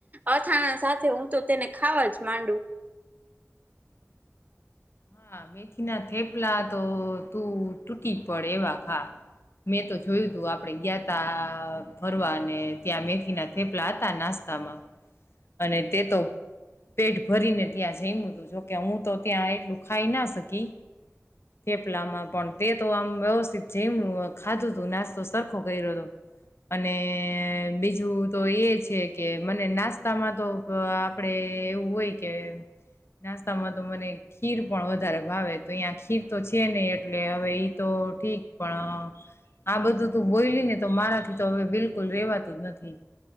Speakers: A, on the right; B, on the left.
A: અથાણા સાથે હું તો તેને ખાવા જ માંડું <inaudible>
B: હા મેથી ના થેપલા તો તું તૂટી પડે એવા ખા મેં તો જોયું તું આપડે ગયા ત ફરવા અને ત્યાં મેથી ના થેપલા હતા નાસ્તા તામાં અને તે તો પેટ ભરીને ત્યાં જઈ હતું જોકે હું તો ત્યાં એટલું ખાઈ ના શકી ફેપલામાં પણ તે તો આમ વ્યવસ્થિત જમ ખાધું તું નાસ્તો સરખો કર્યો હતો અને બીજું તો એ છે કે મને નાસ્તામાં તો, આપણેે એવું હોય કે નાસ્તા માં તો મને ખીર પણ વધારે ભાવે તો અહીં ખીર તો છે નહી એટલે હવે ઈ તો ઠીક પણ આ બધું તું બોલી ને તો મારાથી તો હવે બિલકુલ રેવાતું જ નથી.